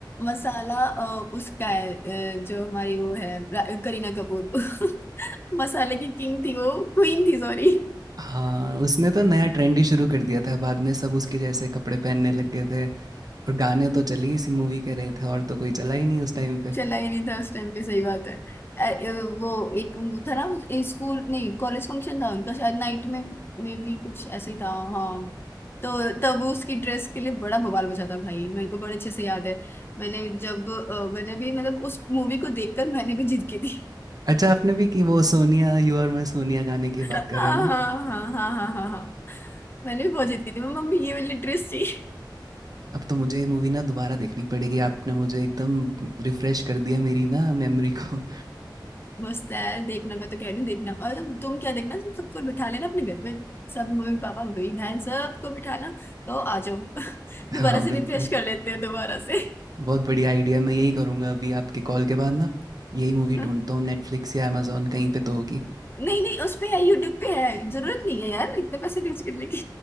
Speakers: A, on the left; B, on the right.
A: मसाला अ, उसका है अ, जो हमारी वो है रा- करीना कपूर <laughs> मसाले की किंग थी वो क्वीन थी सॉरी
B: हाँ उसने तो नया ट्रेंड ही शुरू कर दिया था बाद में सब उसके जैसे कपड़े पहनने लग गए थे और गाने तो चल ही इसी मूवी के रहे थे और तो कोई चला ही नहीं उस टाइम
A: चला ही नहीं था उस टाइम पे सही बात है अ- अ, वो एक वो था ना ए, स्कूल नहीं कॉलेज फंक्शन था उनका शायद नाइट में में भी कुछ ऐसे ही था हाँ तो तब उसकी ड्रेस के लिए बड़ा बवाल मचा था भाई मेरे को बड़े अच्छे से याद है मैंने जब अ, मैंने भी मतलब उस मूवी को देखकर मैंने भी जिद की थी
B: अच्छा, आपने भी कि वो सोनिया यू और मैं सोनिया गाने की बात
A: हाँ
B: कर रहे हो ना?
A: हाँ हाँ हाँ हाँ हाँ हाँ मैंने भी बहुत जिद की थी मम्मी ये वाली ड्रेस चाहिए
B: अब तो मुझे ये मूवी ना दोबारा देखनी पड़ेगी। आपने मुझे एकदम रिफ्रेश कर दिया मेरी ना मेमोरी को।
A: मस्त है देखना मैं तो कह रही हूँ देखना और तुम क्या देखना तुम सबको बिठा लेना अपने घर में सब मम्मी पापा भाई बहन सबको बिठाना तो आ जाओ <laughs>
B: <laughs>
A: दोबारा
B: हाँ,
A: से
B: बिल्कुल।
A: रिफ्रेश कर लेते हैं दोबारा से
B: बहुत बढ़िया आइडिया मैं यही करूँगा अभी आपके कॉल के बाद ना, यही मूवी
A: <laughs>
B: ढूँढता हूँ नेटफ्लिक्स या अमेज़न कहीं पे तो होगी।
A: नहीं नहीं उस पे है यूट्यूब पे है जरूरत नहीं है यार इतने पैसे खर्च करने की